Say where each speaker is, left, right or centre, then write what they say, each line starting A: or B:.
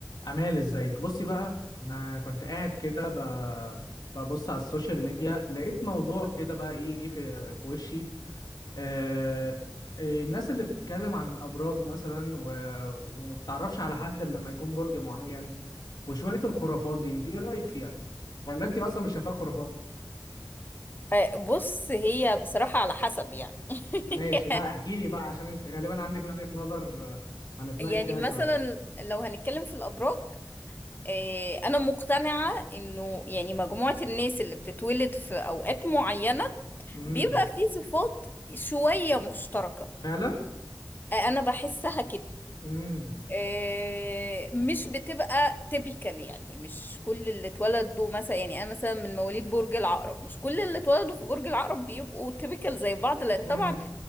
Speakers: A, on the left; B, on the left.
A: أمال ازيك بصي بقى أنا كنت قاعد كده ب... ببص على السوشيال ميديا لقيت موضوع كده بقى إيه جه في... في وشي آه... إيه، الناس اللي بتتكلم عن الأبراج مثلا و... وما بتعرفش على حد إلا لما يكون برج معين وشوية الخرافات دي أنت إيه رأيك فيها؟ ولا أنت أصلا مش شايفاها خرافات؟
B: آه، بص هي بصراحة على حسب يعني <laughs>
A: ماشي لا احكي لي بقى عشان أنت غالبا عندك وجهة نظر آه، هنتناقش
B: يعني
A: فيها
B: مثلا
A: شوية
B: لو هنتكلم في الأبراج آه، أنا مقتنعة إنه يعني مجموعة الناس اللي بتتولد في أوقات معينة
A: امم
B: بيبقى في صفات شوية مشتركة
A: فعلا
B: آه، أنا بحسها كده
A: امم
B: آه، مش بتبقى تيبيكال يعني مش كل اللي اتولدوا مثلا يعني أنا مثلا من مواليد برج العقرب مش كل اللي اتولدوا في برج العقرب بيبقوا تيبيكال زي بعض لأن
A: امم
B: طبعا